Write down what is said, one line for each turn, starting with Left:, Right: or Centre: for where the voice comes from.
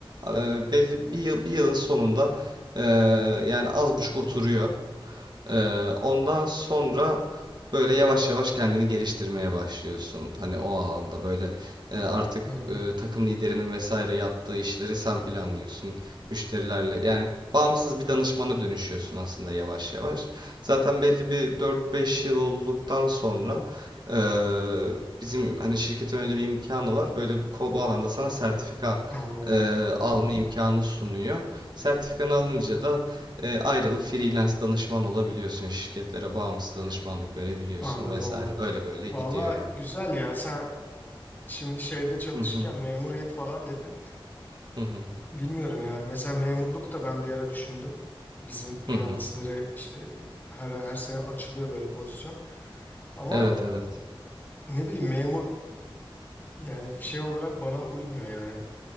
Right: Eee, belli bir yıl, bir yılın sonunda eee, yani az buçuk oturuyor. Ee, ondan sonra böyle yavaş yavaş kendini geliştirmeye başlıyorsun. Hani o alanda böyle e, artık
Left: Hı hı.
Right: e, takım liderinin vesaire yaptığı işleri sen planlıyorsun. Müşterilerle yani bağımsız bir danışmana dönüşüyorsun aslında yavaş yavaş. Zaten belli bir 4-5 yıl olduktan sonra e, bizim hani şirketin öyle bir imkanı var. Böyle bu, ko- bu alanda sana sertifika
Left: Anladım.
Right: e, alma imkanı sunuyor. Sertifikanı alınca da e, ayrılıp freelance danışman olabiliyorsun. Şirketlere bağımsız danışmanlık verebiliyorsun
Left: Anladım
Right: vesaire.
Left: anladım.
Right: Böyle böyle
Left: Valla
Right: gidiyor yani.
Left: güzel ya sen şimdi şeyde çalışırken
Right: Hı hı.
Left: memuriyet falan dedin.
Right: Hı hı.
Left: Bilmiyorum ya mesela memurluk da ben bir ara düşündüm. Bizim mühendislere
Right: Hı hı.
Left: işte her, her sene açılıyor böyle pozisyon. Ama
Right: Evet evet.
Left: ne bileyim memur yani şey olarak bana uymuyor yani.